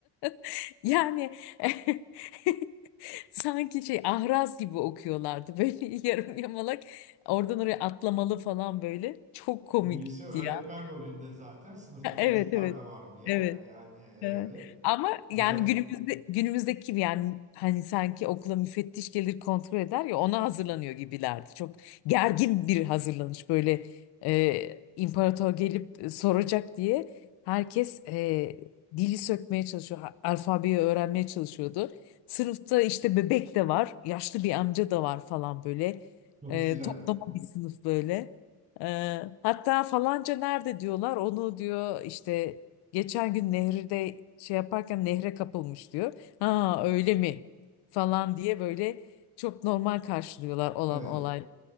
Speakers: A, on the left (about 80°); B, on the right (about 20°).
A: <laughs> Yani <laughs> sanki şey ahraz gibi okuyorlardı böyle <laughs> yarım yamalak. Oradan oraya atlamalı falan böyle. Çok komikti
B: O birisi öğretmen
A: ya.
B: rolünde zaten sınıfta
A: <laughs>
B: çocuklar
A: Evet evet.
B: da var diye.
A: Evet.
B: Yani öyle.
A: Evet. Ama
B: Acayip.
A: yani günümüzde günümüzdeki gibi yani hani sanki okula müfettiş gelir kontrol eder ya ona hazırlanıyor gibilerdi. Çok gergin bir hazırlanış böyle e, imparator gelip e, soracak diye herkes e, dili sökmeye çalışıyor, ha- alfabeyi öğrenmeye çalışıyordu. Sınıfta işte bebek de var, yaşlı bir amca da var falan böyle
B: Çok
A: e,
B: güzeldi.
A: toplama bir sınıf böyle. E, hatta falanca nerede diyorlar onu diyor işte Geçen gün nehirde şey yaparken nehre kapılmış diyor. Ha öyle mi? Falan diye böyle çok normal karşılıyorlar olan
B: Evet.
A: olay.